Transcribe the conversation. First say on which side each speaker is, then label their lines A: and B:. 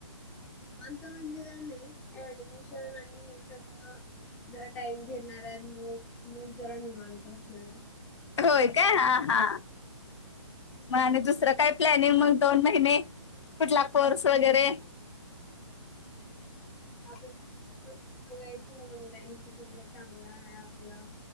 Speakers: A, in the centre; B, on the left.
A: आमचं म्हणजे काय नाही अऍडमिशन आणि हे तर जरा टाइम घेणार आहे मग मग जरा निवांत असणार हाय.
B: होय काय हा हा मग आणि दुसरं काय प्लॅनिंग मग दोन महिने कुठला कोर्स वगैरे
A: आता ते बघायची ऑनलाईन की कुठला चांगला हाय आपला